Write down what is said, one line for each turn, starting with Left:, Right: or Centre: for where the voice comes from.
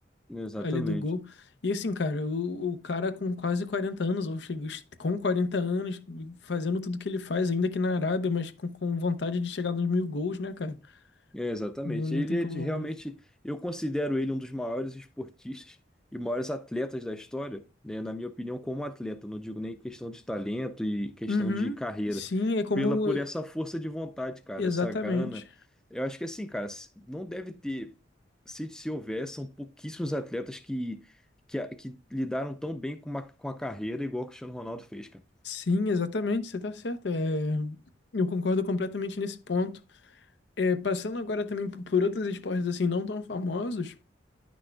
Centre: Exatamente.
Left: Ali do gol. E assim, cara, o, o cara com quase 40 anos, ou chega com 40 anos, fazendo tudo que ele faz, ainda aqui na Arábia, mas com, com vontade de chegar nos mil gols, né, cara?
Centre: É, exatamente.
Left: Não, não
Centre: Ele
Left: tem como.
Centre: é de- realmente, eu considero ele um dos maiores esportistas e maiores atletas da história, né? Na minha opinião, como atleta, não digo nem questão de talento e questão
Left: Uhum.
Centre: de carreira,
Left: Sim, é como.
Centre: pela por essa força de vontade, cara,
Left: Exatamente.
Centre: essa gana. Eu acho que assim, cara, se- não deve ter, se, se houver, são pouquíssimos atletas que, que, a- que lidaram tão bem com, uma, com a carreira igual o Cristiano Ronaldo fez, cara.
Left: Sim, exatamente, você tá certo. É, Eu concordo completamente nesse ponto. É, passando agora também por por outros esportes assim não tão famosos,